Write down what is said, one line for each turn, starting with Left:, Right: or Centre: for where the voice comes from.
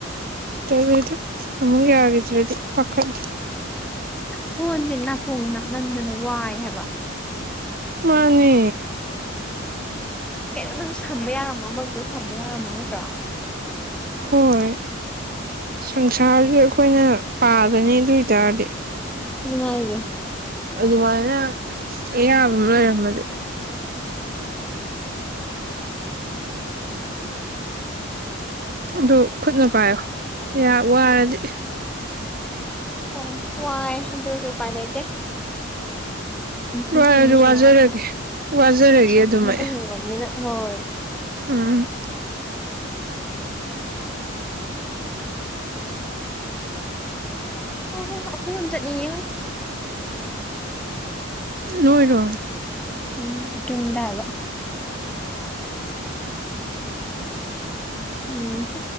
Right: <unintelligible> ꯑꯃꯨꯛ ꯌꯥꯒꯤꯗ꯭ꯔꯗꯤ ꯄꯥꯈꯠꯂꯤ
Centre: ꯐꯣꯟꯁꯦ ꯅꯞꯄꯣ ꯅꯞꯃꯟꯗꯅ ꯋꯥꯏ ꯍꯥꯏꯕ
Right: ꯃꯥꯅꯦ
Centre: ꯀꯩꯅꯣꯝꯗꯁꯨ ꯁꯝꯕ ꯌꯥꯔꯝꯃꯣ ꯑꯃꯗꯨ ꯁꯝꯕ ꯌꯥꯔꯝꯃꯣ ꯅꯠꯇ꯭ꯔꯥ
Right: ꯍꯣꯏ ꯁꯪꯁꯥꯔꯁꯦ ꯑꯩꯈꯣꯏꯅ ꯄꯥꯗꯅꯤ ꯑꯗꯨꯏ ꯇꯥꯔꯗꯤ
Centre: ꯑꯗꯨꯅꯦ ꯍꯥꯏꯖꯦ
Right: ꯑꯗꯨꯃꯥꯏꯅ ꯑꯌꯥꯕ ꯑꯃ ꯂꯩꯔꯝꯃꯗꯤ
Centre: ꯎꯝ
Right: ꯑꯗꯨ ꯈꯨꯠꯅ ꯄꯥꯏꯌꯣ ꯉꯥꯏꯍꯥꯛ ꯋꯥꯔꯗꯤ
Centre: ꯑꯣ ꯋꯥꯏ ꯑꯗꯨꯁꯨ ꯎꯄꯥꯥꯏ ꯂꯩꯇꯦ ꯄꯨꯟꯁꯤꯁꯦ
Right: ꯋꯥꯔꯖꯨ
Centre: ꯃꯤꯁꯟ
Right: ꯋꯥꯖꯔꯒꯦ
Centre: ꯑꯃꯒꯤ ꯑꯃꯨꯛ
Right: ꯋꯥꯖꯔꯒꯦ
Centre: ꯃꯤꯁꯟ
Right: ꯑꯗꯨꯝ
Centre: ꯑꯃꯇꯪ
Right: ꯑꯩ
Centre: ꯌꯦꯡꯉꯝꯅꯤꯅ ꯍꯣꯏ
Right: ꯎꯝ
Centre: ꯑꯩꯁꯨ ꯑꯩꯈꯣꯏꯔꯣꯝ ꯆꯠꯅꯤꯡꯉꯦ
Right: ꯅꯣꯏꯔꯣ
Centre: ꯎꯝ ꯌꯨꯝꯗꯒ ꯎꯝ